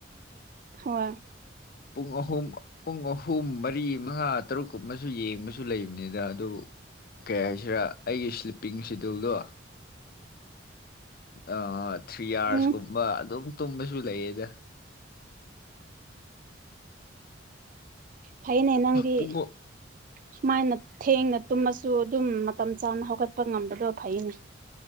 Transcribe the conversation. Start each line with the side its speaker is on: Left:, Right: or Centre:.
Right: ꯍ
Left: ꯄꯨꯡ ꯑꯍꯨꯝ ꯄꯨꯡ ꯑꯍꯨꯝ ꯃꯔꯤ ꯃꯉꯥ ꯇꯔꯨꯛꯀ ꯑꯃꯁꯨ ꯌꯦꯡꯕꯁꯨ ꯂꯩꯕꯅꯤꯗ ꯑꯗꯨ ꯀꯩ ꯍꯥꯏꯁꯤꯔꯥ ꯑꯩꯒꯤ ꯁ꯭ꯂꯤꯞꯄꯤꯡ ꯁꯦꯗꯨꯜꯗꯣ ꯑ ꯊ꯭ꯔꯤ ꯑꯔꯁꯀꯨꯝꯕ
Right: ꯎꯝ
Left: ꯑꯗꯨꯝ ꯇꯨꯝꯕꯁꯨ ꯂꯩꯌꯦꯗ
Right: ꯐꯥꯏꯅꯦꯩꯅꯒꯤ
Left: ꯄꯨꯡ
Right: ꯁꯨꯃꯥꯏꯅ ꯊꯦꯡꯅ ꯇꯨꯝꯃꯁꯨ ꯑꯗꯨꯝ ꯃꯇꯝ ꯆꯥꯅ ꯍꯧꯒꯠꯄ ꯉꯝꯕꯗꯣ ꯐꯩꯅꯦ